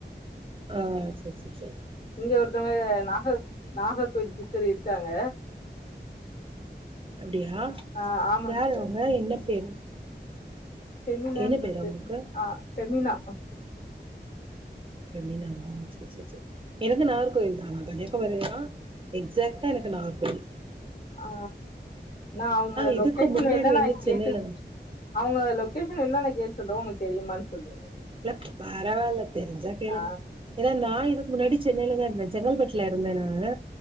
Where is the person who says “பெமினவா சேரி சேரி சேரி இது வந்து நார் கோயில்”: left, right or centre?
Right